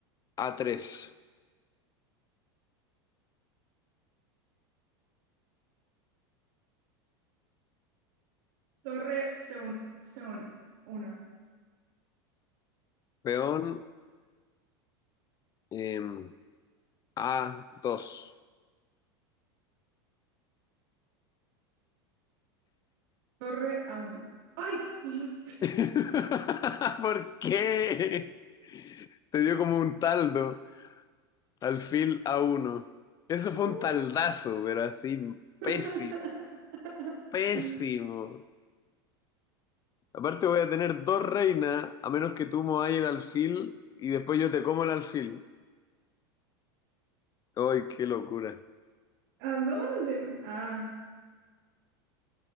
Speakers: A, on the left (about 30°); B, on the right (about 65°).
A: a tres,
B: Torre C1. C1. uno.
A: peón em, a dos.
B: Torre A1. ¡Ay! ¡Ay! <laughs>
A: <laughs> ¿Por qué? Te dio como un taldo. Alfil a uno, Eso fue
B: Oh.
A: un taldazo, pero así
B: <laughs>
A: pésimo, pésimo. Aparte voy a tener dos reinas, a menos que tú mováis el alfil y después yo te como el alfil. ¡Ay, qué locura!
B: ¿A dónde no? Ah,